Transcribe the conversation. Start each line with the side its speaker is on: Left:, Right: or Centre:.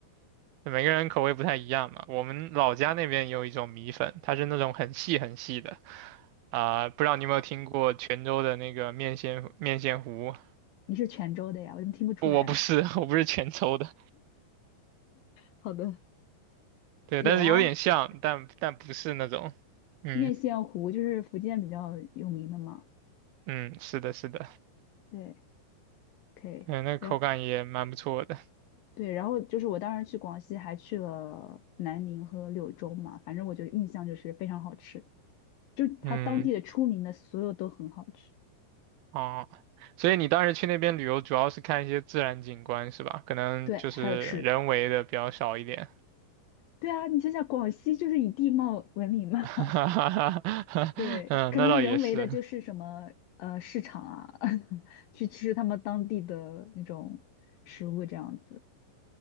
Right: 每个人口味不太一样嘛。我们老家那边有一种米粉，它是那种很细很细的，啊、不知道你有没有听过泉州的那个面线面线糊？
Left: 你是泉州的呀，我怎么听不出来呢？
Right: 不，我不是，<laughs> 我不是泉州的，
Left: 好的，
Right: 对，
Left: 有啊，
Right: 但是有点像，
Left: 这
Right: 但但不是那种，嗯
Left: 面线糊就是福建比较有名的嘛，
Right: 嗯，是的，是的，
Left: 对，可以。
Right: 嗯，那口感也蛮不错的，
Left: 然后。对，然后就是我当时去广西，还去了南宁和柳州嘛，反正我就印象就是非常好吃，就它当地的出名的所有都很好吃。
Right: 嗯哦，所以你当时去那边旅游，主要是看一些自然景观是吧？可能就是人为的比较少一点。
Left: 对，还有吃。对啊，你想想，广西就是以地貌闻名嘛，
Right: <laughs> 哈哈哈嗯，
Left: <laughs> 对，可能是人为的，
Right: 那倒也是，
Left: 就是什么呃市场啊，<laughs> 去吃他们当地的那种食物这样子。